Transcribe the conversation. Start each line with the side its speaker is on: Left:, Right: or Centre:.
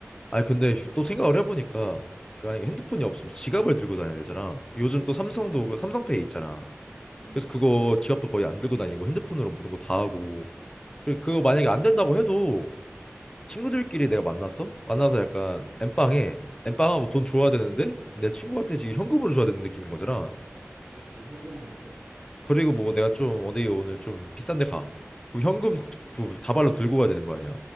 Left: 아니 근데 또 생각을 해보니까 그 만약에 핸드폰이 없으면 지갑을 들고 다녀야 되잖아. 요즘 또 삼성도
Right: 맞아.
Left: 그 삼성페이 있잖아.
Right: 음,
Left: 그래서 그거 지갑도 거의 안 들고 다니고 핸드폰으로 모든 거 다 하고. 그
Right: 맞아.
Left: 그거 만약에 안 된다고 해도 친구들끼리
Right: 음.
Left: 내가 만났어? 만나서 약간 엠빵에 엠빵하고 돈 줘야 되는데 내 친구한테 지금 현금으로 줘야 되는 느낌인 거잖아.
Right: 그치, 현금을 줘야지.
Left: 그리고 뭐 내가 좀 어디 오늘 좀 비싼 데 가. 그럼 현금 부- 다발로 들고 가야 되는 거 아니야.